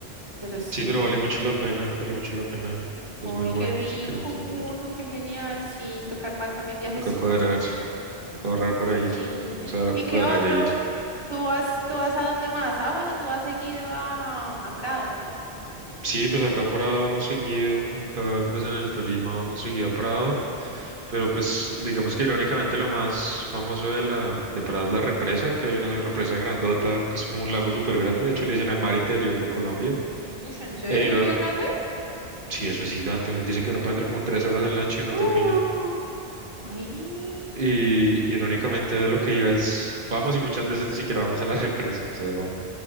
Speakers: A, on the right (about 25°); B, on the right (about 55°).
A: Pero sí,
B: Sí, pero vale mucho la pena, vale mucho la pena. Es
A: ay,
B: muy bueno
A: qué rico,
B: si queremos
A: gordo,
B: volver.
A: qué genial. Sí, tocar mar también viajecito.
B: Toca cuadrar, toca ahorrar para ir.
A: Sí.
B: Vamos a
A: ¿Y qué
B: cuadrar
A: otro?
B: e ir.
A: ¿Tú vas, tú vas a dónde más? Ah, bueno, tú has seguido a, a Prado, ¿no?
B: Sí, pues acá a Prado vamos seguido. Acá, pues en el Tolima vamos seguido a Prado. Pero pues digamos que irónicamente lo más famoso de la de Prado es la represa, que hay una represa grandota que es como un lago súper grande. De hecho le dicen el mar interior de Colombia.
A: Uy, ¿en serio?
B: E iró-
A: ¿Sigue grande?
B: sí, eso es gigante. Dicen que uno puede andar como tres horas en lancha y no
A: Uh,
B: termina.
A: ay.
B: Y irónicamente a lo que iba es, vamos y muchas veces ni siquiera vamos a la represa. O sea, vamos